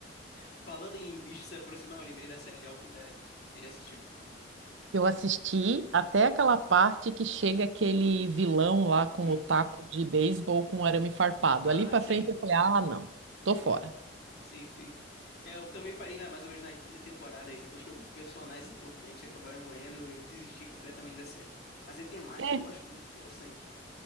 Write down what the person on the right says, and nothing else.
Eu assisti até aquela parte que chega aquele vilão lá com
o taco de beisebol com o arame farpado.
Ali pra
frente eu falei, ah, não, tô fora.
É,